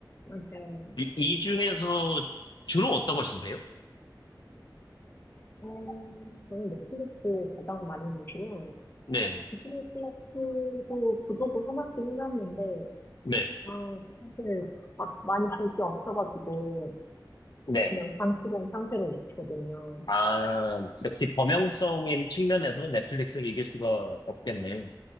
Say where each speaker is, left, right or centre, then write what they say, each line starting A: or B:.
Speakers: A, on the left; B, on the left.
A: 맞아요.
B: 이, 이 중에서 주로 어떤 걸 쓰세요?
A: 어, 저는 넷플릭스 가장 많이 보고요.
B: 네,
A: 넷플릭스도 보조도 하나씩 해놨는데,
B: 네,
A: 아, 사실 막 많이 볼 게 없어가지고,
B: 네.
A: 그냥 방치된 상태로 있거든요.
B: 아, 역시 범용성인 측면에서 넷플릭스를 이길 수가 없겠네요.